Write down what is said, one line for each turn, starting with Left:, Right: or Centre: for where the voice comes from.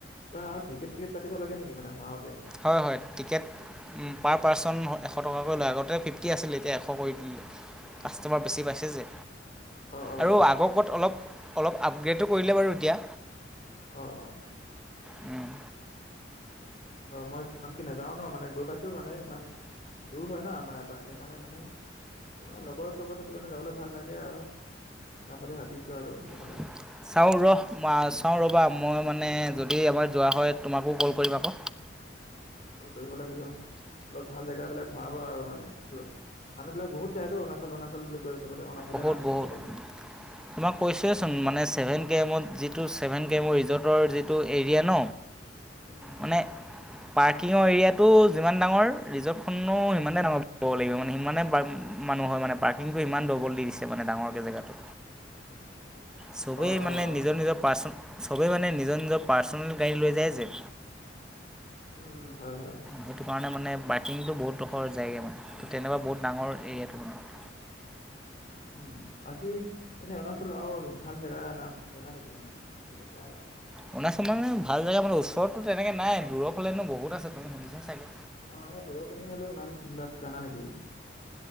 Left: কিবা আৱ টিকেট চিকেট কাটিব লাগে নেকি মানে সোমাওতে
Centre: হয় হয় টিকেট উম পাৰ পাৰ্চন এশ টকাকৈ লৈ আগতে ফিফটি আছিলে এতিয়া এশ কৰি দিলে
Left: অ
Centre: কাষ্টটমাৰ বেছি পাইছে যে
Left: অ অ
Centre: আৰু আগক'ত অলপ অলপ আপগ্ৰেটো কৰিলে বাৰু এতিয়া
Left: অ অ
Centre: উম
Left: অ মই ইমানকে নাযাও ন মানে গৈ পাইছো মানে ইমান দূৰ হয় ন আমাৰ ইয়াৰ পৰা সেইকাৰণে মানে তোমাৰ লগৰ চগৰ থাকিলে মানে যাবলে ভাল লাগে আৰু যাম বুলি ভাবিছো আৰু সেইফালে
Centre: <unintelligible> চাওঁ ৰহ মা চাওঁ ৰ'বা মই মানে যদি আমাৰ যোৱা হয় তোমাকো কল কৰিম আক
Left: কল কৰিব লাগিব অলপ ভাল জেগা বিলাক ঘূৰাবা আৰু মানে এইবোৰ মানুহবিলাক বহুত যায়টো অৰুণাচল অৰুণাচল বুলি কয় চবতে অৰুণাচলে
Centre: বহুত
Left: নাম শুনো
Centre: বহুত
Left: অকল
Centre: তোমাক কৈছোৱেচোন মানে চেভেন কে এমত যিটো চেভেন কে এমৰ ৰিজৰ্টৰ যিটো এৰিয়া ন
Left: উম উম।
Centre: মানে পাৰ্কিঙৰ এৰিয়াটো যিমান ডাঙৰ ৰিজৰ্টখনো সিমানে ডাঙৰ বুলি কব লাগিব মানে সিমানে মানুহ হয় মানে পাৰ্কিংটো সিমান ডবল দি দিছে মানে ডাঙৰকে জেগাটো চবেই
Left: অ',
Centre: মানে
Left: অ',
Centre: নিজৰ নিজৰ পাৰ্চ চবেই মানে নিজৰ নিজৰ পাৰ্চনেল গাড়ী লৈ যায় যে
Left: উম উম হয় হয়
Centre: সেইটো কাৰণে মানে পাৰ্কিংটো বহুত ডোখৰ যায়গে মানে তেনেকুৱা বহুত ডাঙৰ এৰিয়াটো মানে
Left: উম বাকী এনে অৰুণাচল আৰু ভাল জেগাৰ নাম জানা নেকি তুমি মানে ভাল জেগা আৰু
Centre: অৰুণাচল মানে ভাল জেগা মানে ওচৰতো তেনেকে নাই দূৰ ফালে বহুত আছে তুমি শুনিছা চাগে
Left: অ সেই দূৰৰ পিনে হ'লো নাম বিলাক জানা নেকি